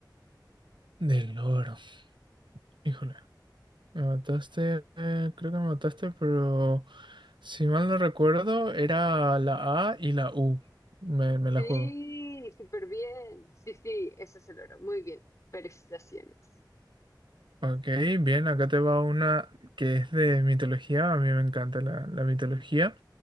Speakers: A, on the right; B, on the left.
A: Del loro. Híjole, me mataste, eh, creo que me mataste, pero si mal no recuerdo, era la A y la U. Me, me
B: Sí,
A: la juego.
B: súper bien. Sí, sí, ese es el oro. Muy bien. Felicitaciones.
A: Ok, bien, acá te va una que es de mitología. A mí me encanta la, la mitología.